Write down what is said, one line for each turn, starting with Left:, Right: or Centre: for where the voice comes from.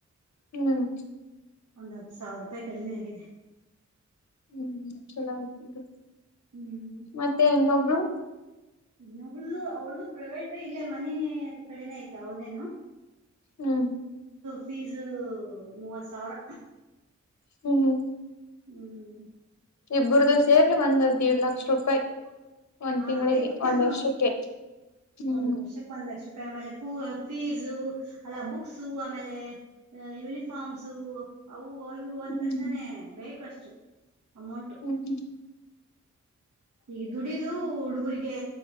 Left: ಹ್ಮ್
Right: ಒಂದ್ ಹತ್ತು ಸಾವಿರ ರೂಪಾಯಿ ಕಡಿಮೆ ಆಗಿದೆ.
Left: ಹ್ಮ್ ಚಲೋ ಆಯ್ತು ಬಿಡು.
Right: ಹ್ಮ್
Left: ಮತ್ತೆ ಇನ್ನೊಬ್ಳು
Right: ಇನ್ನೊಬ್ಳುದು ಅವ್ಳ್ದು ಪ್ರೈವೇಟೆ ಇಲ್ಲೇ ಮನಿ ಕಡೆನ ಆಯ್ತ ಅವಳ್ದೇನು.
Left: ಹ್ಮ್
Right: ಫೀಸ್ ಮೂವತ್ ಸಾವಿರ.
Left: ಹ್ಮ್
Right: ಹ್ಮ್
Left: ಇಬರದು ಸೇರ್ ಒಂದ್ ಹದ್ ಏಡ್ ಲಕ್ಷ ರೂಪಾಯಿ ಒಂದ್
Right: ಹಾ
Left: ತಿಂಗಳಿಗೆ
Right: ಬೇಕು
Left: ಒಂದ್ ವರ್ಷಕ್ಕೆ
Right: ಒ
Left: ಹ್ಮ್
Right: ಒಂದ್ ವರ್ಷಕ್ ಒಂದ್ ಲಕ್ಷ ಆಮೇಲೆ ಫೀಸು ಅಲ್ಲ ಬುಕ್ಸು ಆಮೇಲೆ ಯೂನಿಫಾರ್ಮ್ಸು ಅವು ಅವು ಅಂತಕ್ಷಣನನೆ
Left: ಹ್ಮ್
Right: ಬೇಕ ಅಷ್ಟೇ ು ಅಮೌಂಟ್
Left: ಹ್ಮ್
Right: ಈಗ ದುಡಿದು ಹುಡುಗುರಿಗೆ